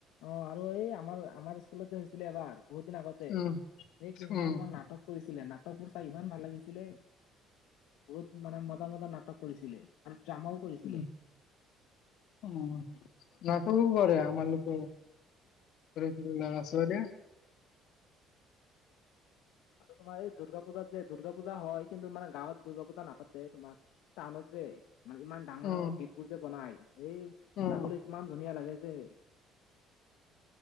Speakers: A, on the left; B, on the left.
A: অ আৰু এই আমাৰ আমাৰ স্কুলতে হৈছিলে এবাৰ বহুত দিন আগতে
B: উম
A: সেই কিছুমানে
B: উম
A: তোমাৰ নাটক কৰিছে আছিলে নাটক বোৰ চাই ইমান ভাল লাগিছিলে। বহুত মানে মজা মজা নাটক কৰিছিলে। ড্ৰামাও কৰিছিলে।
B: উ উ নাটকো কৰে আমাৰ লোকে। সৰু সৰু ল'ৰা-ছোৱালীয়ে।
A: আৰু তোমাৰ এই দুৰ্গা পূজাত যে দুৰ্গা পূজা হয়, কিন্তু মানে গাঁৱত দুৰ্গা পূজা নাপাতে। তোমাৰ টাউনত যে মানে ইমান ডাঙৰ
B: উম
A: ডাঙৰ গেট বোৰ যে বনাই এই
B: উম
A: চাবলৈ কিমান ধুনীয়া লাগে যে।